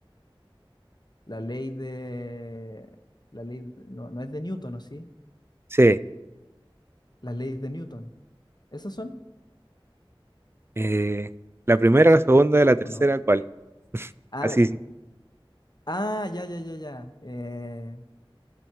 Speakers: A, on the left (about 50°); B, on the right (about 25°).
A: la ley de la ley no, no es de Newton, ¿o sí?
B: Sí,
A: Las leyes de Newton. ¿Esas son?
B: Eh, la primera,
A: ¿Es
B: la segunda y la tercera,
A: o no?
B: ¿cuál?
A: Ah,
B: Así,
A: la-
B: sí,
A: ah, ya, ya, ya, ya. Eh,